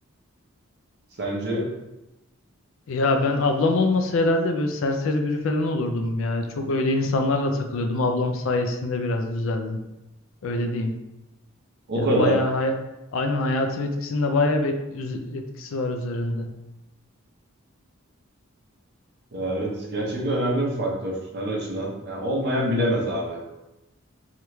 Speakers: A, on the right; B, on the left.
A: Sence?
B: Ya ben ablam olmasa herhalde böyle serseri biri falan olurdum ya. Çok öyle insanlarla takılıyordum. Ablam sayesinde biraz düzeldim. Öyle diyeyim.
A: O
B: Ya
A: kadar.
B: bayağı hay- aynen hayatım etkisinde bayağı bir et- üz- etkisi var üzerinde.
A: Ya evet gerçekten önemli bir faktör her açıdan. Ya olmayan bilemez abi.